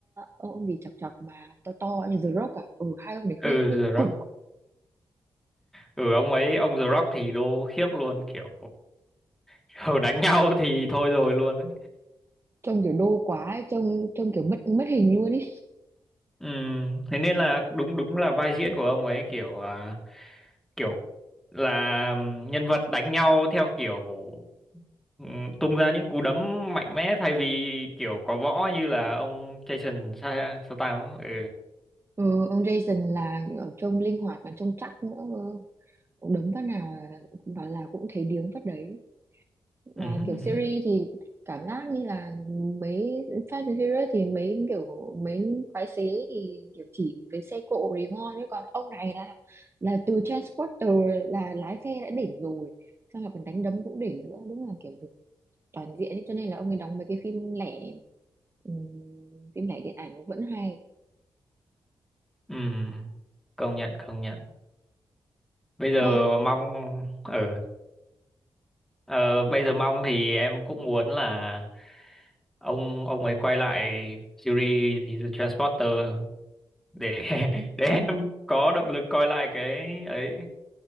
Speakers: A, on the right; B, in the centre.
A: ông ông gì chọc chọc mà to to như The Rock à ừ, hai ông đấy
B: ừ
A: hơi hơi
B: The Rock
A: cục
B: ừ ông ấy ông The Rock thì đô khiếp luôn kiểu <laughs> đánh nhau thì thôi rồi luôn ấy
A: trông kiểu đô quá ấy, trông trông kiểu mất mất hình luôn ý
B: Ừ, thế nên là đúng đúng là vai diễn của ông ấy kiểu à, kiểu là nhân vật đánh nhau theo kiểu ừ, tung ra những cú đấm mạnh mẽ thay vì kiểu có võ như là ông Jason Sa- Statham ừ.
A: ừ, ông Jason là kiểu trông linh hoạt mà trông chắc nữa cơ. ông đấm phát nào là- vào là cũng thấy điếng phát đấy
B: Ừ,
A: và
B: ừ,
A: kiểu
B: ừ.
A: series thì cảm giác như là mấy Fast and Furious thì mấy kiểu mấy quái xế thì kiểu chỉ với xe cộ thì ngon chứ còn ông này là là từ Transporter là lái xe đã đỉnh rồi xong là còn đánh đấm cũng đỉnh nữa đúng là kiểu được toàn diện ấy. cho nên là ông ấy đóng mấy cái phim lẻ ừm, phim lẻ điện ảnh cũng vẫn hay
B: Ừ. Công nhận công nhận. Bây giờ
A: à,
B: mong ừ. Ờ, bây giờ mong thì em cũng muốn là ông ông ấy quay lại series thì The Transporter để <laughs> để em có động lực coi lại cái ấy